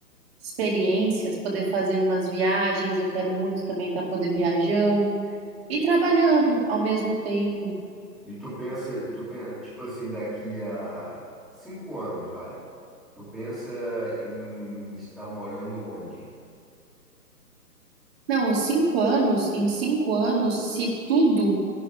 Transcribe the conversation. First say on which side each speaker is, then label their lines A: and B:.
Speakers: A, on the right; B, in the centre.
A: experiências, poder fazer umas viagens, eu quero muito também estar poder viajando e trabalhando ao mesmo tempo.
B: E tu pensa, tu pensa, tipo assim, daqui a cinco anos, vai. Tu pensa em estar morando onde?
A: Não, os cinco anos, em cinco anos, se tudo